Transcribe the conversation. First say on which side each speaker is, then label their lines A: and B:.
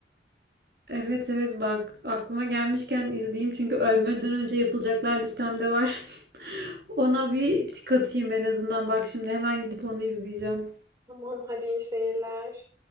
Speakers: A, on the right (about 60°); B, on the right (about 20°).
A: Evet evet bak aklıma gelmişken izleyeyim çünkü ölmeden önce yapılacaklar listemde var. <laughs> Ona bir tik atayım en azından bak şimdi hemen gidip onu izleyeceğim.
B: Tamam hadi iyi seyirler.